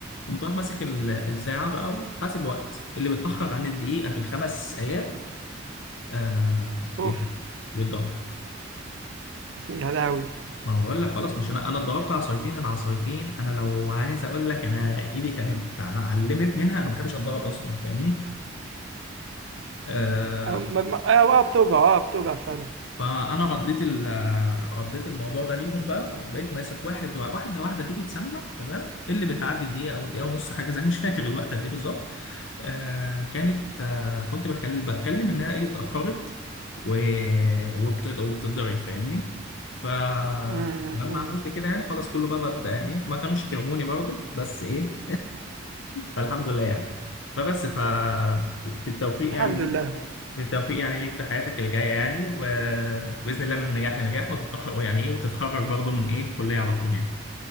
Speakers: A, on the left; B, on the right.
A: قمت رايح ماسك ال- الساعه بقى وحاسب وقت اللي بيتاخر عن الدقيقه في الخمس ايات آه
B: اوف
A: بيت- بيتضرب
B: <laughs> يا لهوي
A: ما هو بقول لك خلاص مش انا انا اتضربت عصايتين العصايتين انا لو عايز اقول لك انا ايدي كانت اتعلمت منها انا ما بحبش اتضرب اصلا فاهمني آه،
B: أو- ما- ما- اه آه، بتوجع اه بتوجع فعلا
A: فانا رديت ال- رديت الموضوع ده ليهم بقى وبقيت ماسك واحد واحده واحده تيجي تسمع تمام اللي بتعدي الدقيقه او الدقيقه ونص حاجه زي مش فاكر الوقت قد ايه بالظبط آه كانت آه كنت بكلم بتكلم انها ايه اتاخرت و... وبتد... وبتتضرب فاهمني فلما
B: امم امم
A: عملت كده يعني خلاص كله بقى بدأ يعني ما كانوش كرهوني برضه بس ايه فالحمد لله يعني فبس فالتوفيق
B: الحمد
A: يعني ليك-
B: لله
A: بالتوفيق يعني ليك في حياتك الجاية يعني وبإذن الله من نجاح لنجاح وتتأخر يعني إيه وتتخرج برضه من إيه كلية على طول يعني